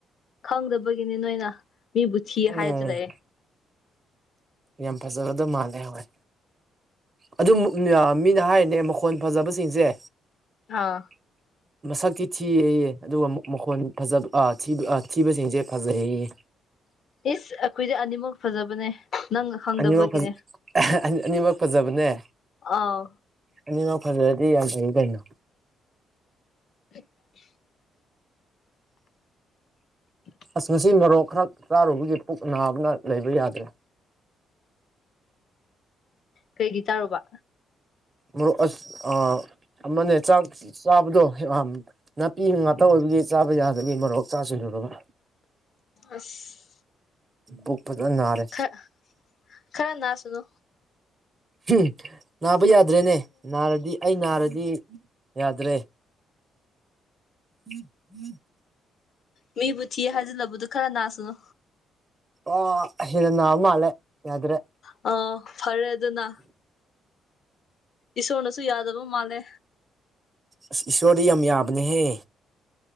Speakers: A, on the left; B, on the right.
A: ꯈꯪꯗꯕꯒꯤꯅꯤ ꯅꯣꯏꯅ ꯃꯤꯕꯨ ꯊꯤꯌꯦ
B: ꯎꯝ
A: ꯍꯥꯏꯗꯂꯩꯑꯦ
B: ꯌꯥꯝ ꯐꯖꯕꯗ ꯃꯥꯜꯂꯦ ꯍꯣꯏ ꯑꯗꯨꯝ ꯃꯨꯛ ꯃꯤꯌ ꯃꯤꯅ ꯍꯥꯏꯔꯤꯅꯦ ꯃꯈꯣꯟ ꯐꯖꯕꯁꯤꯡꯁꯦ
A: ꯑꯥ
B: <inaudible> ꯃꯁꯛꯇꯤ ꯊꯤꯌꯦꯌꯦ ꯑꯗꯨꯒ ꯃꯈꯣꯟ ꯐꯖꯕ ꯑ ꯊꯤꯕ ꯑ ꯊꯤꯕꯁꯤꯡꯁꯦ ꯐꯖꯩꯌꯦꯌꯦ
A: ꯏꯁ ꯑꯩꯈꯣꯏꯗꯤ ꯑꯅꯤꯃꯛ ꯐꯖꯕꯅꯦ ꯅꯪꯅ ꯈꯪꯗꯕꯒꯤꯅꯦ
B: ꯑꯅꯤꯃꯛ ꯐꯖ ꯑꯍ ꯑꯅꯤꯃꯛ ꯐꯖꯕꯅꯦ
A: ꯑꯥꯎ
B: ꯑꯅꯤꯃꯛ ꯐꯖꯔꯗꯤ ꯌꯥꯝ ꯐꯩ ꯀꯩꯅꯣ
A: <unintelligible> <inaudible>
B: ꯑꯁ ꯉꯁꯤ ꯃꯔꯣꯛ ꯈꯔ ꯆꯥꯔꯨꯕꯒꯤ ꯄꯨꯛ ꯅꯥꯕꯅ ꯂꯩꯕ ꯌꯥꯗ꯭ꯔꯦ
A: ꯀꯩꯒꯤ ꯆꯥꯔꯨꯕ
B: ꯃꯔꯣꯛ ꯑꯁ ꯑ ꯑꯃꯅꯦ ꯆꯥꯛ ꯆꯥꯕꯗꯣ ꯑꯥꯝ ꯅꯥꯄꯤ ꯉꯥꯛꯇ ꯑꯣꯏꯕꯒꯤ ꯆꯥꯕ ꯌꯥꯗꯕꯩ ꯃꯔꯣꯛ ꯆꯥꯁꯤꯜꯂꯨꯔꯕ
A: ꯑꯁ
B: ꯄꯨꯛ ꯐꯖꯟ ꯅꯥꯔꯦ
A: ꯑ ꯈꯔ ꯅꯥꯁꯅꯣ
B: ꯍꯝ ꯅꯥꯕ ꯌꯥꯗ꯭ꯔꯦꯅꯦ ꯅꯥꯔꯗꯤ ꯑꯩ ꯅꯥꯔꯗꯤ ꯌꯥꯗ꯭ꯔꯦ <unintelligible>
A: ꯃꯤꯕꯨ ꯊꯤ ꯍꯥꯏꯖꯤꯜꯂꯕꯗꯨ ꯈꯔ ꯅꯥꯁꯅꯨ
B: ꯑꯣ ꯍꯦꯟꯅ ꯅꯥ ꯃꯥꯜꯂꯦ ꯌꯥꯗ꯭ꯔꯦ
A: ꯑ ꯐꯔꯦ ꯑꯗꯨꯅ ꯏꯁꯣꯔꯅꯁꯨ ꯌꯥꯗꯕ ꯃꯥꯜꯂꯦ
B: ꯑꯁ ꯏꯁꯣꯔꯗꯤ ꯌꯥꯝ ꯌꯥꯕꯅꯦꯍꯦ